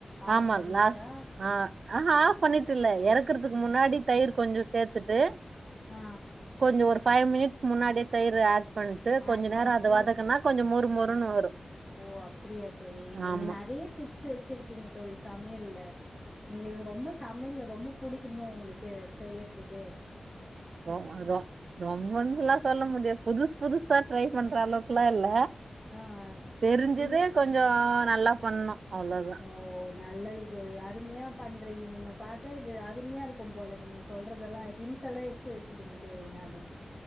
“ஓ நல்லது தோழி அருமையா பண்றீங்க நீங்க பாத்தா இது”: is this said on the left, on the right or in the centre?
Left